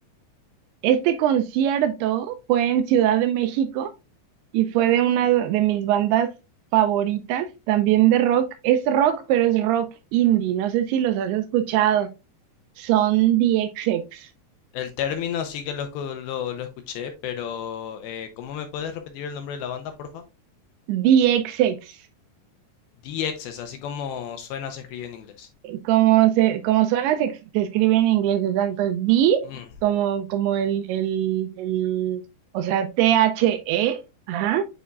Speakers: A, on the right; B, on the left.
A: Este concierto fue en Ciudad de México y fue de una de mis bandas favoritas, también de rock. Es rock, pero es rock indie. No sé si los has escuchado. Son DXX.
B: El término sí que lo, escu- lo, lo escuché, pero eh, ¿cómo me puedes repetir el nombre de la banda, porfa?
A: DXX.
B: DXs, así como suena, se escribe en inglés.
A: Como se, como suena, se, se escribe en inglés, exacto. Es D,
B: Mm.
A: como, como el, el, el, o sea, T-H-E, ajá,